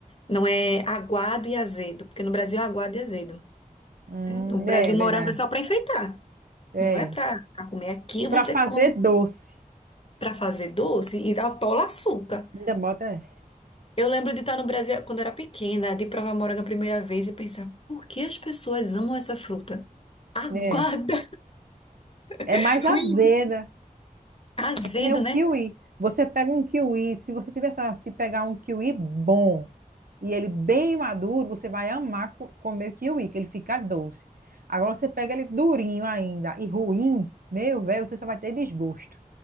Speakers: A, on the left; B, on the right.
A: Não é aguado e azedo, porque no Brasil é aguado e azedo.
B: Hum,
A: né? No Brasil,
B: é verdade.
A: morango é só para enfeitar,
B: É.
A: não é para comer. Aqui
B: E para
A: você
B: fazer
A: come
B: doce,
A: para fazer doce e atola açúcar.
B: ainda bota,
A: Eu lembro de estar no Brasil quando eu era pequena, de provar morango a primeira vez e pensar, por que as pessoas amam essa fruta? Aguarda,
B: né? É
A: <laughs>
B: mais azeda.
A: ruim, azedo,
B: É que nem o
A: né?
B: kiwi. Você pega um kiwi, se você tiver sorte de pegar um kiwi bom e ele bem maduro, você vai amar co- comer o kiwi, que ele fica doce. Agora você pega ele durinho ainda e ruim, meu velho, você só vai ter desgosto.